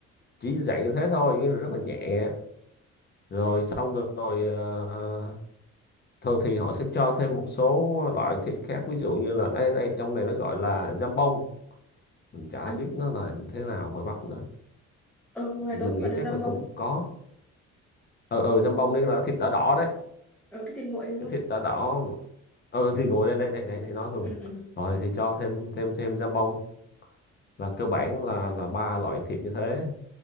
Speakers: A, on the left; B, in the centre.
A: chỉ dạng như thế thôi nghĩa là rất là nhẹ rồi xong rồi, rồi ờ, thường thì họ sẽ cho thêm một số loại thịt khác ví dụ như là đây đây trong này nó gọi là jambon mình chả
B: à,
A: biết nó là thế nào ngoài Bắc nữa
B: ờ, ngoài
A: mình
B: tớ cũng
A: nghĩ
B: gọi là
A: chắc
B: dăm
A: là
B: bông
A: cũng có ừ ừ jambon
B: ờ,
A: đây là thịt đỏ đỏ đấy
B: ờ, cái thịt nguội đúng
A: cái
B: không
A: thịt đỏ đỏ ờ ừ, thì ngồi đây đây đây đây thì nói luôn
B: ừ ừ
A: rồi thì cho thêm thêm thêm giam bông là cơ bản là là ba loại thịt như thế